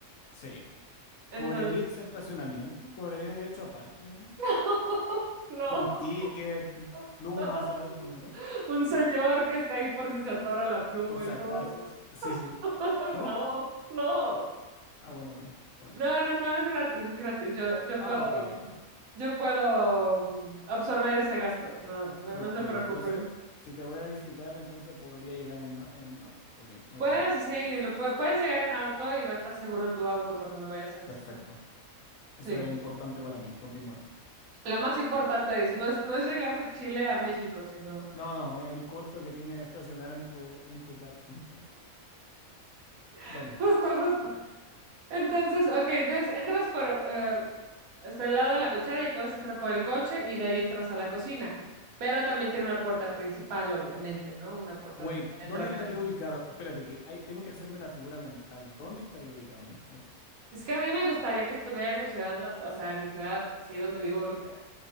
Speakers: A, on the left; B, on the right.
A: Sí.
B: Entonces,
A: ¿Cobrarías estacionamiento? ¿Cobrarías derecho a parking ahí?
B: <laughs> no,
A: Con ticket,
B: <laughs>
A: plumas, ¿sabes? Como, ¿no?
B: un señor
A: ¿No?
B: que está ahí por si se atora la pluma
A: Por si
B: y
A: acaso.
B: todo.
A: s- Sí, sí.
B: <laughs>
A: ¿No?
B: No, no.
A: Ah, bueno, bueno. Vale.
B: No, no, no, es gratis, es gratis. Yo, yo
A: Ah,
B: puedo,
A: ok, ok.
B: yo puedo mm, absorber ese gasto. No, no,
A: Ok,
B: no se
A: entonces,
B: preocupen.
A: si te voy a visitar, entonces podría llegar en, en auto. Ok, no hay
B: Puedes,
A: problema.
B: sí, lo pue- puedes llegar en auto y va a estar seguro tu auto cuando me vayas a visitar.
A: Perfecto. Eso
B: Sí.
A: era importante para mí. Continúa.
B: Lo más importante es, no es, no es llegar de Chile a México, sino
A: No, no, el costo que tiene estacionar en tu, en tu parking, ¿sabes?
B: <laughs>
A: Dale.
B: justo, justo. Entonces, ok, entonces entras por eh, hasta el lado de la cochera y puedes entrar por el coche y de ahí entras a la cocina. Pero también tiene una puerta principal, obviamente, ¿no? Una puerta
A: Wait,
B: donde puede
A: ¿dónde
B: entrar
A: estaría
B: la gente.
A: ubicado? Espérate, que hay- tengo que hacerme la figura mental. ¿Dónde estaría ubicado en esto?
B: Es que a mí me gustaría que estuviera en mi ciudad, nat- o sea, en mi ciudad, así donde vivo ahorita,